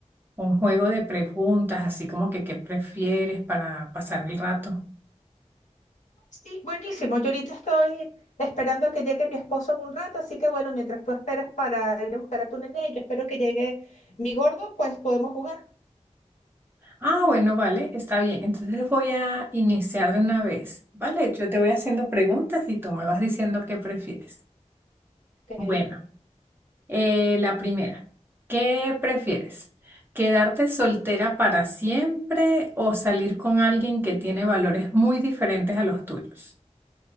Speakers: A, on the right; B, on the left.
A: un juego de preguntas, así como que qué prefieres para pasar el rato.
B: Sí, buenísimo. Yo ahorita estoy esperando que llegue mi esposo en un rato, así que bueno, mientras tú esperas para ir a buscar a tu nene, yo espero que llegue mi gordo, pues podemos jugar.
A: Ah, bueno, vale, está bien. Entonces voy a iniciar de una vez. Vale, yo te voy haciendo preguntas y tú me vas diciendo qué prefieres.
B: Ok.
A: Bueno, eh, la primera, ¿qué prefieres? ¿Quedarte soltera para siempre o salir con alguien que tiene valores muy diferentes a los tuyos?